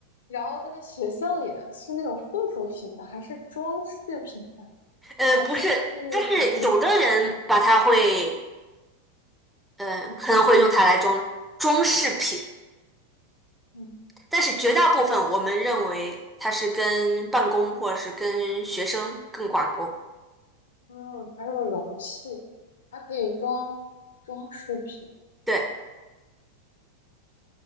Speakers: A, on the left (about 60°); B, in the centre.
A: 然后在学校里的是那种附属品的，还是装饰品的，
B: <laughs> 呃，
A: 还是？
B: 不是，但是有的人把它会，
A: 一个？
B: 呃，
A: 嗯
B: 可能会用它来装装饰品，
A: 嗯，
B: 但是绝大部分我们认为它是跟办公或者是跟学生更挂钩。
A: 哦，它是个容器，还可以装装饰品，
B: 对，